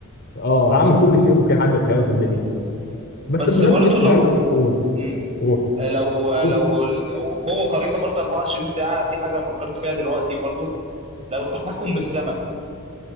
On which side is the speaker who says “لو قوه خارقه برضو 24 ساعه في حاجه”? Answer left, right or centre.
Right